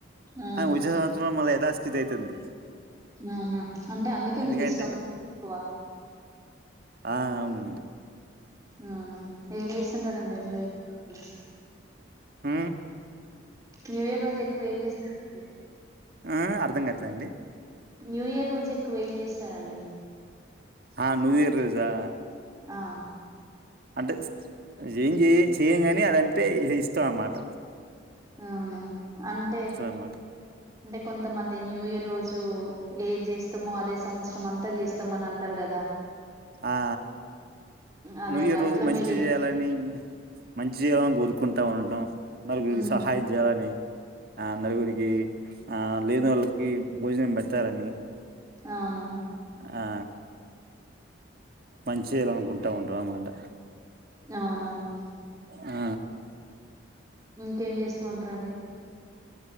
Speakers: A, on the right (about 15°); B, on the right (about 50°).
A: అవును
B: ఆ విజయ సంవత్సరం మళ్ళ యదాస్థితి ఐతుంది.
A: అవునా అంటే అందుకే
B: ఎందుకంటే
A: మీకిష్టం క్కువ
B: ఆ అవునండి
A: అవునా ఏం జేస్తుంటారండి న్యూయర్ కి
B: మ్
A: న్యూయర్ రోజు ఎక్కువ ఏం జేస్తున్నారండి మీరు?
B: ఆ అర్థంగాట్లేండి.
A: న్యూయర్ రోజు ఎక్కువ ఏం జేస్తారండి?
B: ఆ నూయర్ రోజా
A: ఆ
B: అంటే ఉస్ జే ఏం శేయం గాని అదంటే ఇష్టమన్మాట.
A: అవునా అంటే
B: అన్నమాట
A: టే కొంతమంది న్యూయరోజు ఏజేస్తామో అదే సంవత్సరమంతా జేస్తామనంటర్ గదా.
B: ఆ ఆ
A: అదే
B: నూయర్రోజు
A: అండి అట్లా
B: మంచి
A: మీరే
B: జేయాలని మంజేయాలని గోరుకు కుంటావుంటం నలుగురికి
A: ఉమ్
B: సహాయం జెయాలని ఆ నలుగురికి ఆ లేనొళ్ళకి భోజనం బెత్తారని
A: అవును
B: ఆ ఆ మంచి జేయాలనుకుంటా ఉంటారు అమాట
A: అవునవును
B: ఆ
A: ఇంకేం జేస్తూ ఉంటరండి?